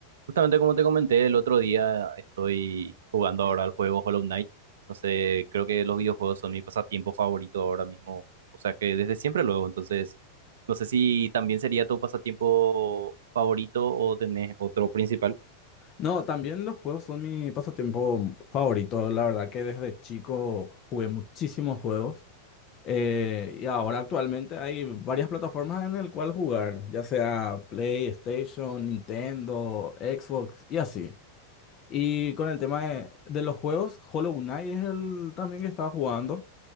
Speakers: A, on the right (about 60°); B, on the left (about 35°).
A: Justamente como te comenté el otro día, estoy jugando ahora el juego Hollow Knight. Entonces, creo que los videojuegos son mi pasatiempo favorito ahora mismo. O sea que desde siempre luego. Entonces, no sé si también sería tu pasatiempo favorito o tenés otro principal.
B: No, también los juegos son mi pasatiempo favorito. La verdad que desde chico jugué muchísimos juegos. eh, y ahora actualmente hay varias plataformas en el cual jugar, ya sea PlayStation, Nintendo, Xbox y así. Y con el tema de, de los juegos, Hollow Knight es el también que estaba jugando